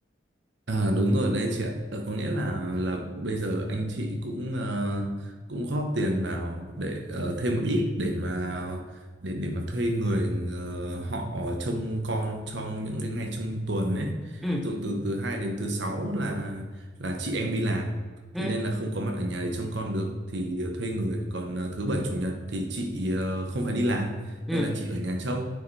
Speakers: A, on the right (about 60°); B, in the centre.
A: À, đúng rồi đấy chị ạ. Ờ, có nghĩa là là bây giờ anh chị cũng ờ, cũng góp tiền vào để ờ, thêm một ít để mà để để mà thuê người ờ, họ trông con trong những cái ngày trong tuần ấy.
B: ừ
A: Ví dụ từ thứ hai đến thứ sáu là là chị em đi làm.
B: ừ
A: Thế nên là không có mặt ở nhà để trông con được thì ờ, thuê người. Còn ờ, thứ bảy chủ nhật thì chị ờ, không phải đi làm
B: ừ
A: nên là chị ở nhà trông